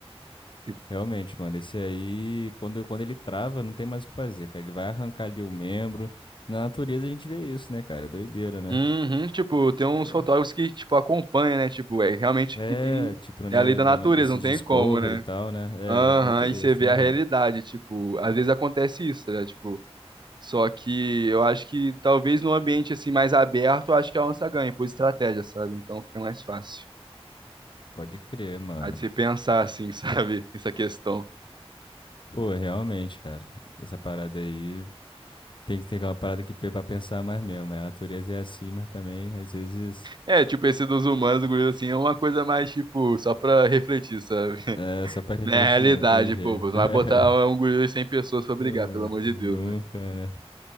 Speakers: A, on the right; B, on the left.
A: Tipo,
B: Realmente, mano, esse aí, quando, quando ele trava, não tem mais o que fazer, cara. Ele vai arrancar ali o membro. Na natureza a gente vê isso, né, cara? É Doideira, né?
A: uhum, tipo, tem uns
B: Pô.
A: fotógrafos que, tipo, acompanham, né? Tipo, é realmente
B: É,
A: que tem.
B: tipo, né,
A: É a lei da
B: né,
A: natureza,
B: né, nesse
A: não
B: Discovery
A: tem como, né?
B: e tal, né?
A: Aham,
B: É, lei da natureza,
A: e você
B: tem
A: vê a
B: jeito.
A: realidade, tipo, às vezes acontece isso, né? Tipo, só que eu acho que talvez num ambiente assim mais aberto, eu acho que a onça ganha por estratégia, sabe? Então fica mais fácil.
B: Pode crer, mano.
A: Aí de você pensar assim, <laughs> sabe? Essa questão.
B: Pô, realmente, cara. Essa parada aí tem que ter uma parada que pe- pra pensar mais mesmo. né? A natureza é assim, mas também, às vezes,
A: É, tipo, esse dos humanos, do gorila, assim, é uma coisa mais, tipo, só pra refletir, sabe? <laughs>
B: é só pra refletir
A: Na realidade,
B: mesmo, tem jeito.
A: pô, pô, não
B: <laughs>
A: vai botar um gorila e 100 pessoas pra brigar,
B: Ah,
A: pelo amor de
B: Nunca,
A: Deus, né?
B: né?